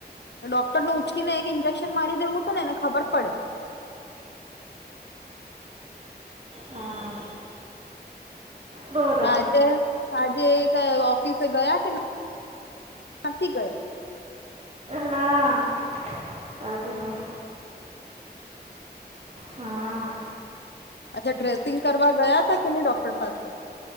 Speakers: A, on the left; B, on the right.
A: ડોક્ટરને ઉચકીને એક ઇન્જેકશ. <inaudible> મારી દેવું હતું ને એને ખબર પડે.
B: હા બોલો
A: આજે આજે <unintelligible> ઓફિસે ગયા કે નથી ગયા.
B: ના, આજ નહીં.
A: હ <unintelligible>
B: હા.
A: અચ્છા, ડ્રેસિંગ કરવા ગયા હતા કે નહી ડોક્ટર પાસે.